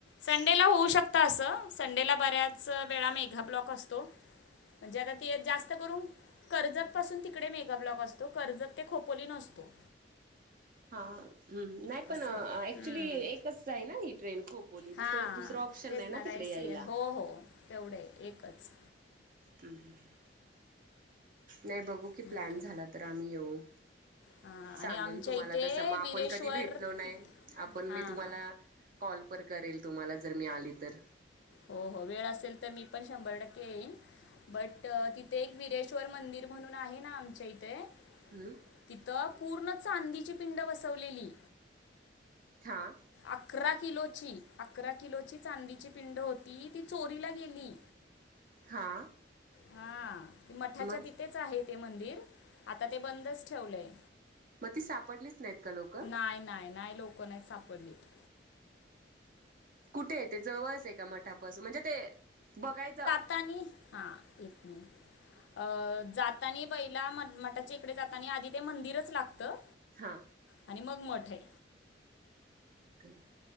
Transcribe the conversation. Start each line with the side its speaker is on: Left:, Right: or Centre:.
Left: संडेला होऊ शकता असं संडेला बऱ्याच वेळा मेघा ब्लॉक असतो. म्हणजे आता ती जास्त करून कर्जतपासून तिकडे मेगाब्लॉक असतो कर्जत ते खोपोली नसतो.
Right: हा नाय पण
Left: असं आहे
Right: ऍक्च्युली
Left: हम्म.
Right: एकच हाय ना ही ट्रेन खूप. बोली
Left: हां
Right: दुस-दुसरं ऑप्शन
Left: तेच
Right: नाय ना
Left: रायसी
Right: तिकडे यायला.
Left: हो हो. तेवढेय एकच.
Right: हम् हम् नाय बघू की
Left: थँक्यू.
Right: प्लॅन झाला तर आम्ही येऊ.
Left: हा
Right: सांगेन
Left: आणि आमच्या
Right: तुम्हाला
Left: इथे
Right: तसं मग आपण
Left: विरेश्वर
Right: कधी भेटलो नाय
Left: ति
Right: आपण
Left: हां
Right: मी तुम्हाला
Left: हां
Right: कॉल पर करेल तुम्हाला जर मी आली तर.
Left: हो हो वेळ असेल तर मी पण शंभर टक्के येईन. बट तिथे एक विरेश्वर मंदिर म्हणून आहे ना आमच्या इथे.
Right: हमं.
Left: तिथं, पूर्ण चांदीची पिंड बसवलेली.
Right: हां
Left: आकरा किलोची, आकरा किलोची चांदीची पिंड हो ती. ती चोरीला गेली.
Right: हां.
Left: हां. ते मठाच्या
Right: मग
Left: तिथेच आहे ते मंदिर. आता ते बंदच ठेवलंय.
Right: म ती सापडलीच नाहीत का लोक?
Left: नाय नाय नाय लोक नाही सापडलीत.
Right: कुठे ये ते जवळच हाय का? मठापासून म्हणजे ते बघायचं.
Left: आता आणि हा एक मिनिट. अ जातानी बैला म मठाच्या इकडे जातानी आधी ते मंदिरच लागतं.
Right: हा.
Left: आणि मग मठ हाय.
Right: काय?